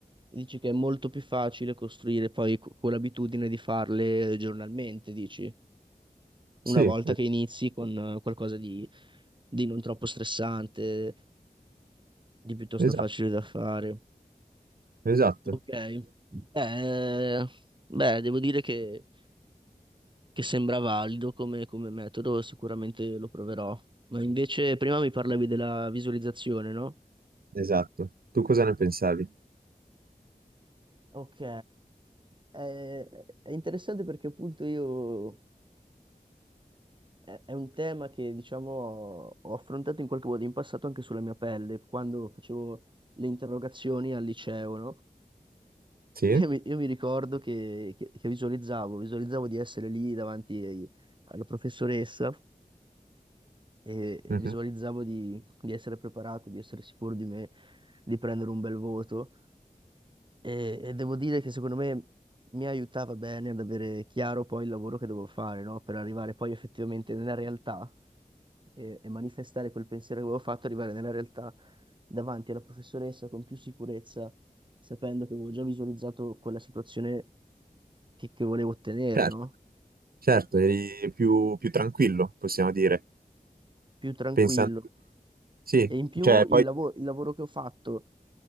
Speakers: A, on the right; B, on the right.
A: Dici che è molto più facile costruire poi co- quell'abitudine di farle giornalmente, dici? Una
B: sì,
A: volta
B: es-
A: che inizi con eh, qualcosa di, di non troppo stressante, di piuttosto
B: esatto,
A: facile da fare.
B: esatto.
A: Ok. Eh, beh, devo dire che, che sembra valido come, come metodo, sicuramente lo proverò. Ma invece prima mi parlavi della visualizzazione, no?
B: Esatto. Tu cosa ne pensavi?
A: Ok, Eh, è interessante perché appunto io È è un tema che, diciamo, ho ho affrontato in qualche modo in passato anche sulla mia pelle, quando facevo le interrogazioni al liceo, no?
B: Sì?
A: <laughs> E mi- io mi ricordo che, che- che visualizzavo, visualizzavo di essere lì davanti ai- alla professoressa e, e
B: Mhm.
A: visualizzavo di, di essere preparato, di essere sicuro di me, di prendere un bel voto. E, e devo dire che secondo me mi aiutava bene ad avere chiaro poi il lavoro che devo fare, no? Per arrivare poi effettivamente nella realtà e, e manifestare quel pensiero che avevo fatto, arrivare nella realtà davanti alla professoressa con più sicurezza, sapendo che avevo già visualizzato quella situazione che, che volevo ottenere,
B: Certo,
A: no?
B: certo, eri più, più tranquillo, possiamo dire.
A: Più tranquillo.
B: Pensando... Sì,
A: E in più
B: cioè
A: il
B: poi...
A: lavo- il lavoro che ho fatto